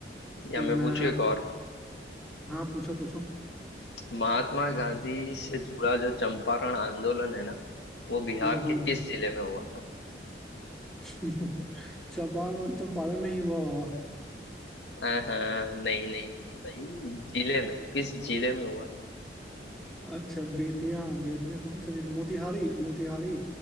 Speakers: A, on the left; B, in the centre.
A: या मैं
B: मैं
A: पूछूं एक और
B: हाँ पूछो पूछो
A: महात्मा गांधी से जुड़ा जो चंपारण आंदोलन है ना वो बिहार
B: हम्म हम्म
A: के किस जिले में हुआ था
B: <laughs> चंपारण चंपारण में ही हुआ होगा
A: हाँ नहीं नहीं नहीं भाई जिले में किस जिले में हुआ
B: अच्छा बेतिया बेतिया कौन सा जिला मोतिहारी मोतिहारी